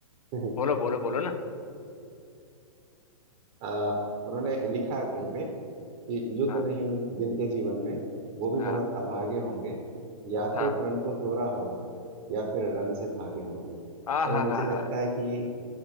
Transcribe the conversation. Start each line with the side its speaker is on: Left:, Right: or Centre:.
Right: <laughs>
Left: बोलो बोलो बोलो ना
Right: आ, उन्होंने लिखा कहीं पे कि युद्ध
Left: हाँ
Right: नहीं उन- जिनके जीवन में वो भी
Left: हाँ
Right: बहुत अभागे होंगे या
Left: हाँ
Right: तो प्रण को तोड़ा होगा या फिर रण से भागे होंगे तो
Left: आ हाँ
Right: मुझे
Left: हाँ
Right: लगता
Left: हाँ
Right: है कि